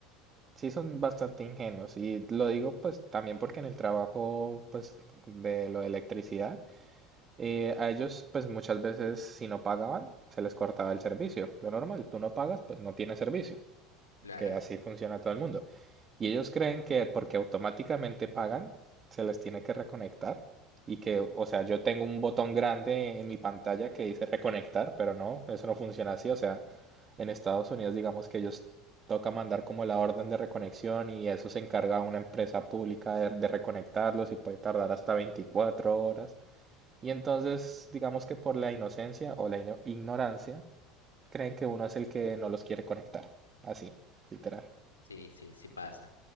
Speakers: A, on the right (about 25°); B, on the left (about 80°).
A: sí son bastante ingenuos y lo digo pues también porque en el trabajo pues de lo de electricidad. Eh, a ellos, pues muchas veces, si no pagaban, se les cortaba el servicio. Lo normal, tú no pagas, pues no tienes servicio,
B: Claro,
A: que así funciona todo el mundo. Y ellos creen que porque automáticamente pagan, se les tiene que reconectar y que, o sea, yo tengo un botón grande en mi pantalla que dice reconectar, pero no, eso no funciona así. O sea, en Estados Unidos, digamos que ellos toca mandar como la orden de reconexión y eso se encarga una empresa pública de, de reconectarlos y puede tardar hasta 24 horas. Y entonces, digamos que por la inocencia o la ino- ignorancia, creen que uno es el que no los quiere conectar. Así, literal.
B: sí, sí, sí pasa.